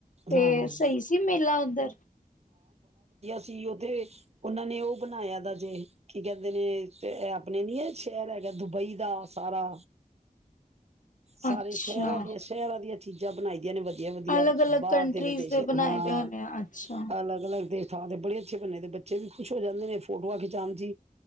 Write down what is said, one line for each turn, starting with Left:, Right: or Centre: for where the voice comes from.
Left: ਤੇ
Right: ਹਾਂ ਹਾਂ
Left: ਸਹੀ ਸੀ ਮੇਲਾ ਉੱਧਰ
Right: ਜੀ ਉਥੇ ਉਹਨਾਂ ਨੇ ਉਹ ਬਣਾਇਆ ਦਾ ਜੇ ਕੀ ਕਹਦੇ ਨੇ ਆਪਣੇ ਨੀ ਹੈ ਸ਼ਹਿਰ ਹੈਗਾ ਦੁਬਈ ਦਾ ਸਾਰਾ ਸਾਰੇ
Left: ਅੱਛਾ
Right: ਸ਼ਹਿਰਾਂ ਦੀਆਂ ਸ਼ਹਿਰਾਂ ਦੀਆਂ ਚੀਜ਼ਾਂ ਬਣਾਈਆਂ ਨੇ ਵਧੀਆ ਵਧੀਆ-ਵਧੀਆ
Left: ਅਲੱਗ ਅਲੱਗ
Right: ਬਾਹਰ
Left: ਕੰਟਰੀਜ਼
Right: ਦੇ ਵਿਦੇਸ਼,
Left: ਬਣਾਏ
Right: ਹਾਂ
Left: ਦੇ ਹੋਣੇ ਆ ਅੱਛਾ
Right: ਅਲੱਗ-ਅਲੱਗ ਦੇ ਥਾਂ ਤੇ ਬੜੇ ਅੱਛੇ ਬੰਨੇ ਦੇ ਬੱਚੇ ਵੀ ਖੁਸ਼ ਹੋ ਜਾਂਦੇ ਨੇ ਫੋਟੋਆਂ ਖਿਚਾਣ ਚੀ,